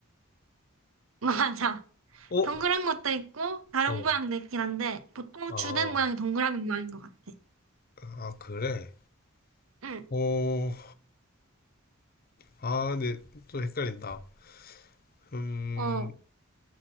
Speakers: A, on the right; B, on the left.
A: <laughs> 맞아.
B: 어?
A: 동그란 것도 있고 다른
B: 어.
A: 모양도 있긴 한데 보통
B: 아,
A: 주된 모양이 동그라미 모양인 것 같아.
B: 아, 그래?
A: 응,
B: 어, 아, 근데 좀 헷갈린다. 음,
A: 어,